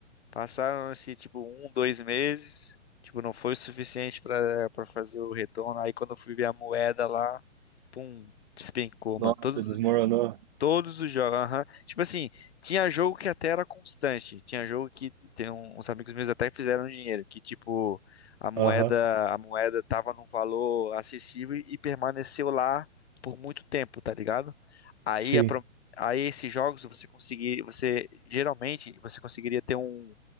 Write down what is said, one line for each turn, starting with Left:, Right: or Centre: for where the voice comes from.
Left: passaram assim, tipo, um, dois meses. Tipo, não foi o suficiente pra, pra fazer o retorno. Aí quando eu fui ver a moeda lá, pum, despencou,
Right: Nossa,
Left: mano. Todos.
Right: desmoronou.
Left: Todos os jogos, aham. Tipo assim, tinha jogo que até era constante. Tinha jogo que tem um- uns amigos meus até fizeram dinheiro, que tipo, a moeda,
Right: Aham,
Left: a moeda tava num valor acessível e permaneceu lá por muito tempo, tá ligado? Aí,
Right: sim,
Left: a pro- aí esses jogos você conseguir, você geralmente você conseguiria ter um,